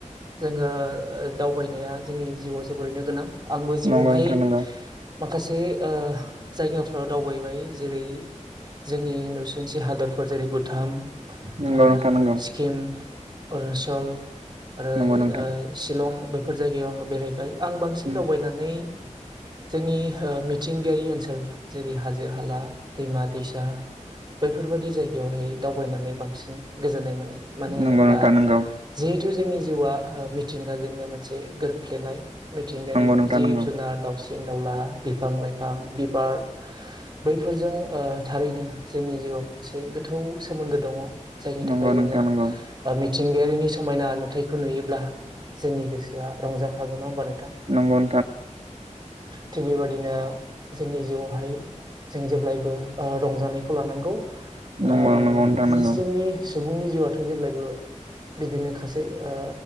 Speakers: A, on the right; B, on the right.
A: जोंङो दावबायनाया जोंनि जिउआव जोबोरैनो गोनां। आंबो जिउआवहाय
B: नंगौ नोंथां नंगौ
A: माखासे ओ जायगाफ्राव दावबायबाय जेरै जोंनि नसुंसि हादरफोर। जेरै -भुटान,
B: नंगौ
A: ओ
B: नोंथां नंगौ नोंथां नंगौ
A: सिक्किम, अरुनाचल, आरो
B: नंगौ
A: ओ
B: नोंथां
A: ओ शिलं बेफोर जायगायाव आङो बेरायबाय आं बांसिन
B: नंगौ
A: दावबायनानै बिनि मिथिंगायारि ओनसोल। जेरै- हाजो हाला, दैमा दैसा, बैफोरबायादि जायगायावहाय दावबायनानै बांसिन गोजोननाय मोनो। मानो
B: नंगौ
A: होनोब्ला
B: नोंथां नंगौ
A: जिहेथु जोंनि जिउआ मिथिंगाजोंनो मोनसे गोरोबफ्लेनाय। मिथिंगानि
B: नंगौ नोंथां
A: जिब
B: नंगौ
A: जुनार, दावसि दाउला, बिफां लाइफां, बिबार, बैफोरजों ओ थारैनो जोंनि जिउ ब मोनसे गोथौ सोमोन्दो दङ। जायनि
B: नंगौ
A: थाखाय
B: नोंथां
A: जोंङो
B: नंगौ
A: ओ मिथिंगायारिनि समायना नुथाय खौ नुयोब्ला जोंनि गोसोआ रंजाखागोन नङा होमबा नोंथां?
B: नंगौ
A: थिग बेबायादिनो जोंनि जिउआवहाय जों जेब्लायबो ओ रंजानायखौ खौ लानांगौ ओ
B: नोंथां नंगौ
A: जोंनि सुबुंनि जिउ'आथ जेब्लायबो बिदिनो खासै ओ